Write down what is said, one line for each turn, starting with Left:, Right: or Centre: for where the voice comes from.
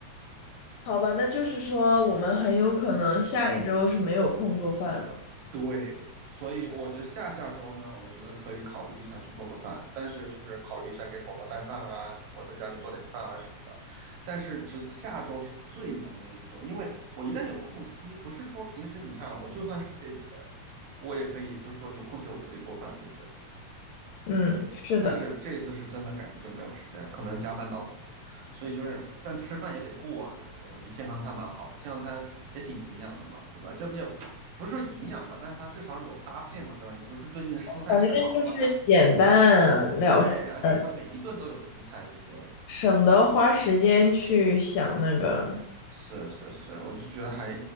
Left: 好吧，那就是说我们很有可能下一周是没有空做饭了。
Right: 对，所以我觉得下下周呢，我觉得可以考虑一下去做个饭，但是就是考虑一下给宝宝带饭啊，我在家里做点饭啊什么的。但是只下周是最忙的那一周，因为我一旦有空隙，不是说平时你看啊我就算是一月节，我也可以就是说有空隙我就可以做饭，对不对？
Left: 嗯，是的，
Right: 但是这一次是真的感觉就没有时间，可能加班到死，所以就是，但吃饭也得过啊，对不对？我觉得健康餐蛮好的，健康餐也挺营养的嘛，对吧？就比较不是说营养吧，但它至少有搭配嘛，对吧？你不是最近蔬菜吃少了吗？
Left: 反正就是简单了事儿，
Right: 它对，而且它每一顿都有蔬菜，对不对？
Left: 省得花时间去想那个。
Right: 是是是，我就觉得还